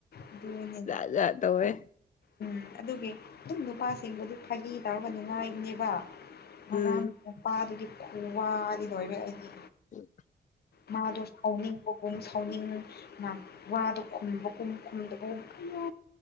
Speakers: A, on the left (about 70°); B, on the left (about 50°).
A: ꯑꯗꯨꯅꯦ
B: ꯖ ꯇꯧꯋꯦ
A: ꯎꯝ ꯑꯗꯨꯒꯤ ꯗꯨꯝ ꯅꯨꯄꯥꯁꯤꯡꯕꯨꯗꯨ ꯐꯥꯒꯤ ꯇꯧꯔꯒ ꯉꯥꯏꯕꯅꯦꯕ ꯉꯔꯥꯡ
B: ꯎꯝ
A: ꯅꯨꯄꯥꯗꯨꯒꯤ ꯈꯨꯋꯥꯗꯤ ꯂꯣꯏꯔꯦ ꯑꯩꯗꯤ
B: ꯎꯝ
A: ꯃꯥꯗꯣꯁ ꯐꯧꯅꯤꯡ <unintelligible> ꯁꯥꯎꯅꯤꯡ ꯋꯥꯗꯣ ꯈꯨꯝꯕꯒꯨꯝ ꯈꯨꯝꯗꯒꯨꯝ ꯑꯌꯣ